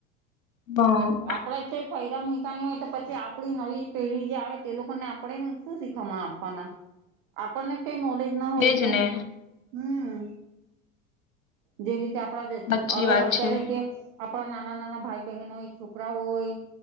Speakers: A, on the left; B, on the right.
A: હા.
B: આપડે કઈ ફાયદા મૂકાની હોય તો પછી આપડી નવી પેઢી જે આવે તે લોકોને આપડે શું શીખવામાં આપવાના આપણને કઈ નોલેજ ના હોય
A: એજ
B: તો
A: ને
B: હમ્મ. જે રીતે આપણા
A: સાચી
B: હવે
A: વાત
B: અત્યારે
A: છે.
B: કે આપણા નાના નાના ભાઈ બહેન હોય છોકરાઓ હોય.